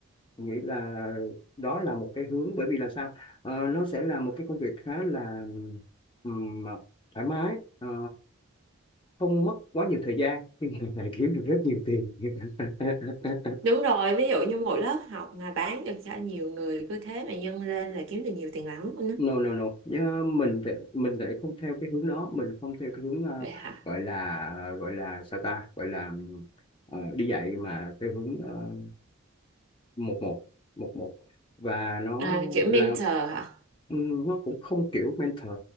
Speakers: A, on the left (about 25°); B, on the right (about 60°).
A: Mình nghĩ là đó là một cái hướng bởi vì là sao Ờ, nó sẽ là một cái công việc khá là ừm, thoải mái ờ, không mất quá nhiều thời gian <laughs> lại kiếm được rất nhiều tiền <laughs>
B: <laughs> đúng rồi ví dụ như một lớp học mà bán được cho nhiều người cứ thế mà nhân lên là kiếm được nhiều tiền lắm luôn á
A: no no no Nhớ mình thì, mình lại không theo cái hướng đó mình không theo cái hướng ờ,
B: vậy hả
A: gọi là gọi là sao ta gọi là ờ, đi dạy mà theo hướng ờ, một một một một và nó
B: à, kiểu mentor
A: là
B: hả
A: ừm, nó cũng không kiểu mentor